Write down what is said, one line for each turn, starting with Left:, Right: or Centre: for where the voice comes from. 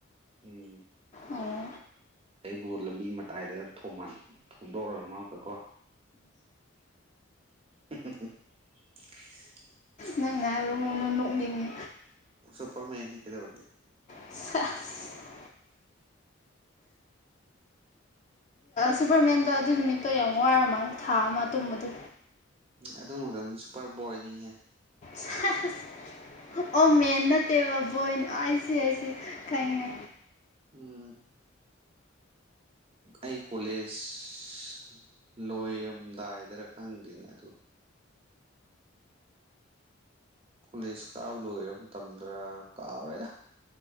Right: ꯎꯝ
Left: ꯑꯣ
Right: ꯑꯩꯕꯨ ꯂꯝꯕꯤ ꯃꯇꯥꯏꯗ ꯊꯣꯝꯗꯧꯔꯝꯃꯒꯀꯣ <inaudible>
Left: ꯅꯪꯅ ꯍꯥꯏꯕ ꯃꯑꯣꯡꯗ ꯅꯣꯛꯅꯤꯡꯉꯤ
Right: ꯁꯨꯄꯔ ꯃꯦꯟꯅꯤ ꯀꯩꯗꯧꯔꯒꯦ
Left: ꯁꯦꯁ ꯁꯨꯄꯔꯃꯦꯟꯗꯣ ꯑꯗꯨ ꯅꯨꯃꯤꯠꯇꯣ ꯌꯥꯝ ꯋꯥꯔ ꯃꯥꯜꯂꯦ ꯊꯥ ꯑꯃ ꯇꯨꯝꯕꯗ
Right: ꯑꯗꯨ ꯃꯛꯇꯝꯗꯤ ꯁꯨꯄꯔ ꯕꯣꯏꯅꯤꯍꯦ
Left: ꯁꯦꯁ ꯑꯣ ꯃꯦꯟ ꯅꯠꯇꯦꯕ ꯕꯣꯏꯅꯤ ꯑꯥꯏꯁꯤ ꯑꯥꯏꯁꯤ ꯈꯪꯉꯦ
Right: ꯎꯝ ꯑꯩ ꯀꯣꯂꯦꯖ ꯂꯣꯏꯔꯝꯗꯥꯏꯗꯔ ꯈꯪꯗꯦꯅꯦ ꯑꯗꯨ ꯀꯣꯂꯦꯖ ꯀꯥꯕ ꯂꯣꯏꯔꯕ ꯃꯇꯝꯗꯔ ꯀꯥꯎꯔꯦꯗ